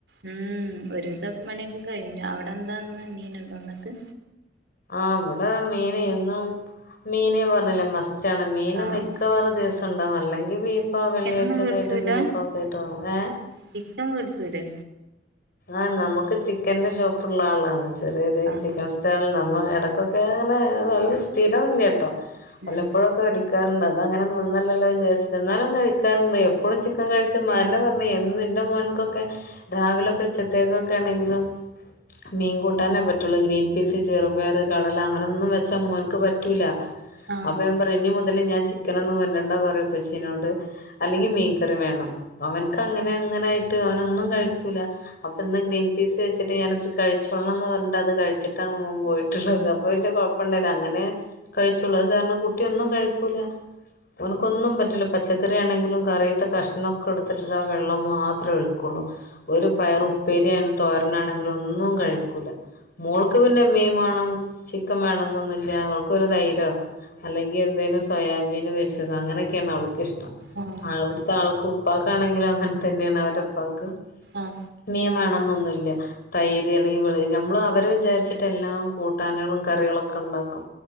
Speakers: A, on the right; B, on the left.
A: ഉം ഒരു വിതം പ്പൊ പണിയൊക്കെ കഴിഞ്ഞു അവിടെന്താന്ന് മീൻ ഇണ്ടോന്നത്ത്
B: ആഹ് അവിടെ മീന് എന്നും മീനേ പറഞ്ഞില്ലേ മസ്റ്റാണ് മീന
A: ആഹ്
B: ക്കെ വേറെ ദിവസണ്ടാവും അല്ലെങ്കി ബീഫോ വെള്ളിയഴ്ചക്ക
A: എന്നും വേടിച്ചൂല
B: ആയിട്ട് ബീഫോ ഒക്കെ ഇട്ടാങ്ങും ഏഹ്
A: ചിക്കൻ മേടിച്ചുല്ലേ.
B: ആഹ് നമുക്ക് ചിക്കന്റെ ഷോപ്പുള്ള ആളാണ് ചെറിയത്
A: ആഹ്
B: ചിക്കൻ സ്റ്റാൾ നമ്മ ഇടക്കൊക് ക്കെ അങ്ങനെ നല്ല സ്ഥിരം ഇല്ല്യ ട്ടൊ
A: ഉം
B: വല്ലപ്പോഴൊ ക്കെ മേടിക്കാറുണ്ട് അത് അങ്ങനെ നന്നല്ലല്ലോ വിചാരിച്ചിട്ട് എന്നാലും കഴിക്കാറുണ്ട് എപ്പൊഴും ചിക്കൻ കഴിച് <unintelligible> പർഞ്ഞ് എന്നും എന്റെ മോൻക്കൊക്കെ രാവിലൊക്കെ ഉച്ചത്തേക്കൊക്കെ ആണെങ്കിലും മീൻ കൂട്ടാനേ പറ്റുള്ളൂ ഗ്രീൻ പീസ് ചെറുപയറ് കടല അങ്ങനൊന്നും വെച്ചാ മോൻക്ക് പറ്റൂല.
A: ആഹ്
B: അപ്പൊ ഞാൻ പറയും ഇനി മുതല് ഞാൻ ചിക്കനൊന്നും കൊണ്ടെര്ണ്ട പറയും ഉപ്പച്ചീനോട്. അല്ലെങ്കി മീൻകറി വേണം അവൻക്ക് അങ്ങനെ അങ്ങനെയിട്ട് അവനൊന്നും കഴിക്കൂല. അപ്പൊ ഇന്ന് ഗ്രീൻ പീസ് വെച്ചിട്ട് ഞാനത് കഴിച്ചോളന്ന് പറഞ്ഞിട്ട് അത് കഴിച്ചിട്ടാണ് മോൻ പോയിട്ടുള്ളത് അപ്പൊ വല്ല്യ കൊഴ പ്പൊണ്ടല്ല അങ്ങനെ കഴിച്ചോളും അത് കാരണം കുട്ടി ഒന്നും കഴിക്കൂല. ഓൻക്കൊന്നും പറ്റില്ല പച്ചക്കറി ആണെങ്കിലും കറിത്തെ കഷ്ണൊക്കെ എടുത്തിട്ട് ആ വെള്ളം മാത്രേ ഒഴിക്കുള്ളൂ. ഒരു പയർ ഉപ്പേരി അണെങ്കിലും തോരനാണെങ്കിലും ഒന്നും കഴിക്കൂല. മോൾക്ക് പിന്നെ മീൻ വേണം ചിക്കൻ വേണംന്നൊന്നുല്ല അവൾക്കൊരു തൈരോ. അല്ലെങ്കി എന്തേലും സോയാബീന് പൊരിച്ചതോ അങ്ങനൊക്കെയാണ് അവൾക്ക്ഷ്ടം.
A: ഉം
B: ആഹ് അവിടുത്തെ ആൾക്ക് ഉപ്പാക്കാണെങ്കിലും അങ്ങൻതന്നെയാണ് അവരുടെ ഉപ്പാക്ക്.
A: ആഹ്.
B: മീം വേണെന്നൊന്നുല്ല. തൈര് അല്ലെങ്കിൽ ഇവെള് ഞമ്മള് അവരെ വിചാരിച്ചിട്ട് എല്ലാം കൂട്ടാന്കളും കറികളൊക്കണ്ടാക്കും.